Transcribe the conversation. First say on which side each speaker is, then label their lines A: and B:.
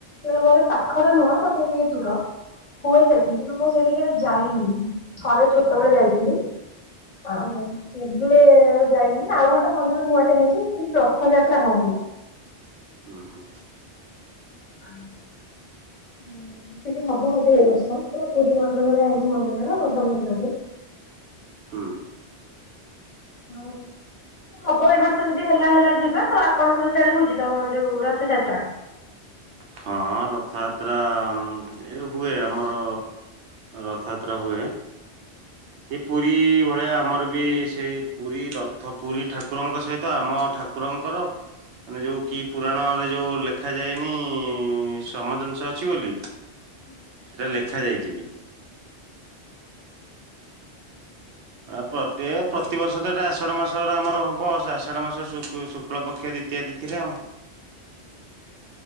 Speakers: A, on the left (about 45°); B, on the right (about 90°).
A: ନା ମୋଏ ପାଖରେ ନୁହଁ ତଥାପି ଟିକେ ଦୂର ହୁଏ ସେଠି କିନ୍ତୁ ମୁଁ ସେଠି କେବେ ଯାଇନି। ଥରେ ଛୋଟବେେଳେ ଯାଇଥିଲି <inaudible> ହେଲେ ଯାଇନି ଆଉ ଗୋଟେ ମନ୍ଦିର ନୂଆଟେ ହେଇଛି ସେଠି ରଥଯାତ୍ରା ହଉନି।
B: ହୁଁ ହୁଁ
A: ହମ୍ଁ ହୁଁ ସେଠି ହବ ବଧେ ଏଇ ବର୍ଷ ପୁରା ପୁରୀ ମଣ୍ଡିର ଭଳିଆ ହେଇଛି ମନ୍ଦିରଟା ବଡ ମନ୍ଦିରଟେ।
B: ହୁଁ
A: ହାଲୋ ହବ ଏ ବର୍ଷ ଯଦି ହେଲା ହେଲା ଯିବା ତ ଆପଣଙ୍କ ସେଇଆଡେ ହଉ ଯିଦାବହ ଯୋଉ ରଥଯାତ୍ରା
B: ହଁ ରଥଯାତ୍ରା ଉଁ ଏ ହୁଏ ଆମର ରଥଯାତ୍ରା ହୁଏ। ସେ ପୁରୀ ଭଳିଆ ଆମର ବି ସେଇ ପୁରୀ ରଥ ପୁରୀ ଠାକୁରଙ୍କ ସହିତ ଆମ ଠାକ କୁକୁରଙ୍କର ମାନେ ଯେଉଁ କି ପୁରାଣରେ ଯେଉଁ ଲେଖାଯାଏନି ସମଜିନିଷ ଅଛି ବୋଲି
A: ହଁ <inaudible>
B: ସେଇଟା ଲେଖା ଯାଇଛି ବି। ଆ ପ୍ରତ୍ଯୟ ପ୍ରତିବର୍ଷ ତ ଏଟା ଆଷାଢ ମାସର ଆମର ହବ ସେ ଆଷାଢ ମାସ ଶୁ ଶୁକ୍ଳ ପକ୍ଷ ଦିତି ଇତ୍ୟା ତିଥିରେ ଆଉ।